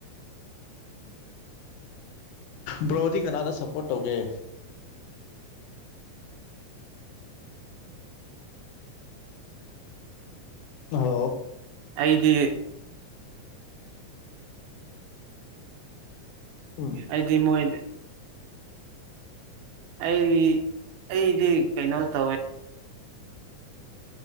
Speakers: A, on the left; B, on the right.
A: ꯕ꯭ꯔꯣꯗꯤ ꯀꯅꯥꯗ ꯁꯞꯄꯣꯔꯠ ꯇꯧꯒꯦ ꯍꯜꯂꯣ
B: ꯑꯩꯗꯤ
A: ꯎꯝ
B: ꯑꯩꯗꯤ ꯃꯣꯏ ꯑꯩꯗꯤ ꯑꯩꯗꯤ ꯀꯩꯅꯣ ꯇꯧꯋꯦ